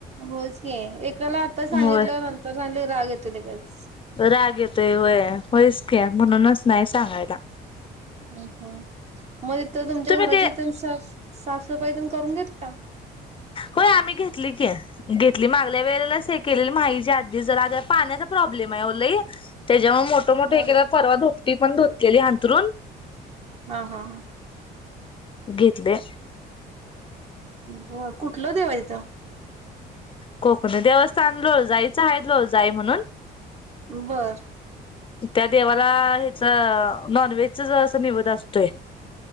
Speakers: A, on the right; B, on the left.
A: होयच की एकाला आता सांगितल
B: होय.
A: नंतर सांगितल की राग येतोय लगेच
B: राग येतोय होय. होयच की म्हणूनच नाही सांगायला.
A: अ मग तिथ तुमच्या
B: तुम्ही
A: घराची
B: ते
A: साफसफाई पण करून घेतला
B: होय आम्ही घेतली की घेतली मागल्या वेळेलाच हे केलेल माहिच्या आधीच जरा पाण्याचा प्रॉब्ले म आहे हो लय त्याच्यामुळे मोठ मोठ
A: होय
B: एकेदा
A: की.
B: परवा दूपटी पण धुतलेली हंतरून
A: ह हा हा
B: घेतले.
A: होय. कुठलं देव आहेत तिथं
B: कोकणी देवस्थान लोळजाईच आहे लोळजाई म्हणून
A: बर
B: त्या देवाला ह्याच नॉनव्हेजच अस निवद असतोय.